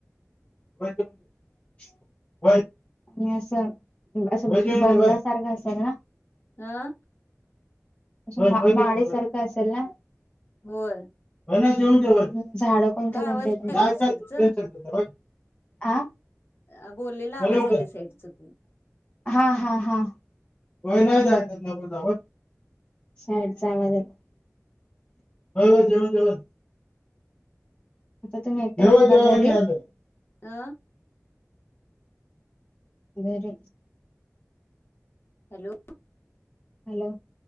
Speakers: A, on the left; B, on the left.
A: <unintelligible> आणि असं असं बंगल्या सारखं असेल ना?
B: अं!
A: <unintelligible>
B: होय.
A: <unintelligible>
B: काय आवाज यायलाय ओ साईडचा अ बोललेला
A: होय
B: आवाज
A: लवकर.
B: याला साईड चकून.
A: हा हा हा. <unintelligible> <unintelligible>
B: अं?
A: घरी.
B: हॅलो.
A: हॅलो.